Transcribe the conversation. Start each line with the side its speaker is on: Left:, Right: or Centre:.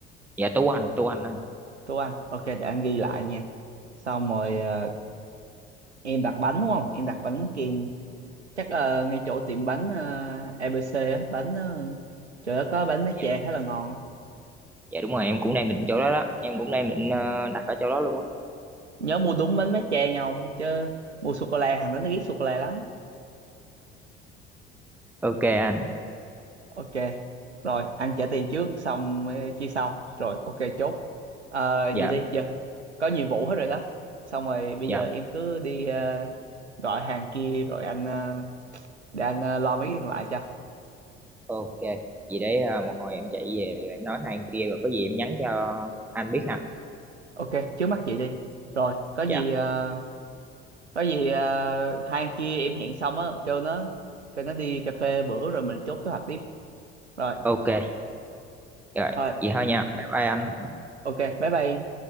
Centre: dạ tú anh tú anh á.
Right: Tú Anh ok để anh ghi lại nha xong rồi à, em đặt bánh đúng không em đặt bánh kem chắc là ngay chỗ tiệm bánh à, ABC á bánh uh, chỗ đó có bánh má
Centre: dạ,
Right: chè khá là ngon á
Centre: dạ đúng rồi em cũng đang định chỗ đó đó em cũng đang định ờ, đặt ở chỗ đó luôn á
Right: nhớ mua đúng bánh mát cha nha ông chứ mua sô cô la hàng đó nó ghét sô cô la lắm
Centre: ok anh
Right: ok rồi ăn trả tiền trước xong ờ, chia sau rồi ok chốt Ờ,
Centre: dạ
Right: vậy đi giờ có nhiệm vụ hết rồi đó xong rồi bây
Centre: dạ
Right: giờ em cứ đi ờ, gọi hàng kia rồi anh ờ, để anh ờ, lo mấy cái còn lại cho
Centre: ok vậy đấy à, một hồi em chạy về rồi em nói hai anh kia rồi có gì em nhắn cho anh biết ha
Right: ok trước mắt vậy đi rồi có gì
Centre: dạ
Right: ờ, có gì ờ, hai anh kia em hẹn xong á kêu nó kêu nó đi cà phê bữa rồi mình chốt kế hoạch tiếp rồi
Centre: ok rồi
Right: rồi
Centre: vậy thôi nha bye bye anh
Right: ok bye bye em